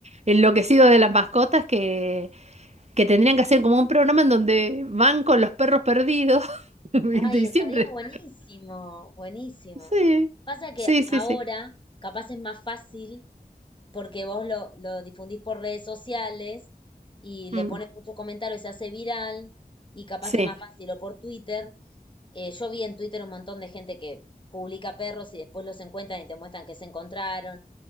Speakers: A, on the right; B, on the left.
A: enloquecidos de las mascotas que, que tendrían que hacer como un programa en donde van con los perros perdidos, <laughs> ¿viste?
B: Ay,
A: Y
B: estaría
A: siempre.
B: buenísimo, buenísimo.
A: Sí,
B: Pasa que
A: sí, sí,
B: ahora
A: sí.
B: capaz es más fácil porque vos lo, lo difundís por redes sociales y
A: Mm,
B: le pones muchos comentarios, se hace viral y capaz
A: sí.
B: es más fácil o por Twitter. Eh, yo vi en Twitter un montón de gente que publica perros y después los encuentran y te muestran que se encontraron.